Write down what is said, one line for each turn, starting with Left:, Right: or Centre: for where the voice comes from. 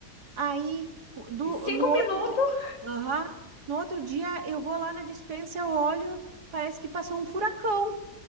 Right: Aí, do,
Left: em cinco
Right: no outro
Left: minutos
Right: dia, Aham. no outro dia eu vou lá na despensa, eu olho, parece que passou um furacão.